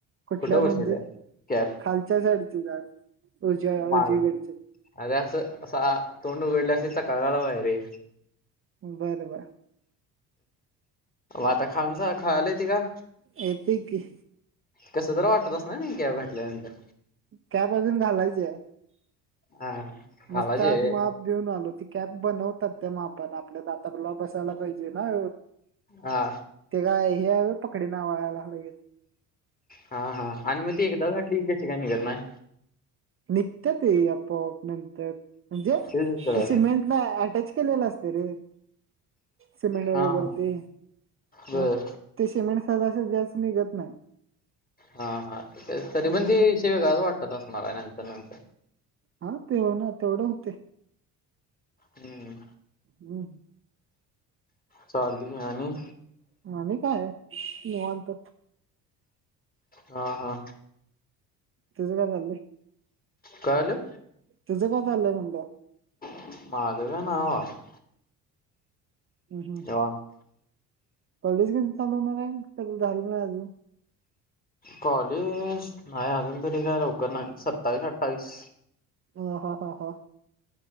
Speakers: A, on the right (about 30°); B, on the left (about 20°).
A: कुठल्या
B: कुठं
A: म्हणजे
B: बसेल कॅप
A: खालच्या साईडची दाड. <inaudible> रुच रुचीकच
B: माग अरे असं असा तोंड उघडल्या अस चकाकागाला माय रे.
A: बर बर.
B: आता खाऊनचा खालाय त का?
A: येतंय की,
B: कसं तर वाटत अस ना कॅब घटल्यानंतर.
A: कॅब अजून घालायचं
B: हा घालायचे
A: नुसतच आज माप. देऊन आलो ती कॅब बनवतात ते माप आपण आपल्या दातला बसायला पाहिजे ना.
B: हा,
A: ते काय हे पकडी नावळायला लगेच.
B: हा हा, आणि मग ते एकदा घाटली क कशी काय निघत नाही.
A: निघतात ते आपो आप नंतर म्हणजे त
B: तेच विचारायले
A: सिमेंट. नाही अटॅच केलेलं असत रे. सिमेंट वगे
B: हा
A: बरते
B: हा बर
A: मग. ते शिमेंट सजन सजी अस निघत नाही.
B: हा हा, त तरी
A: हम्म
B: म्हणजे शिव्या घालू वाटतात आपणाला नंतर नंतर.
A: हा तेव ना तेवढं होते.
B: हम्म,
A: हम,
B: चालतय की आणी.
A: आणी काय निवांत.
B: हा हा,
A: तुझ काय चाल्लंय?
B: काळालं.
A: तुझं काय चाल्लंय म्हंणल?
B: माझं क नाई बाबा.
A: हम हम,
B: हा,
A: कॉलेज कधी चालू होणार आहे क झालं नाई अजून?
B: कॉलेज नाही अजून तरी काय लवकर नाही सत्तावीस अठ्ठावीस.
A: ह ह ह ह,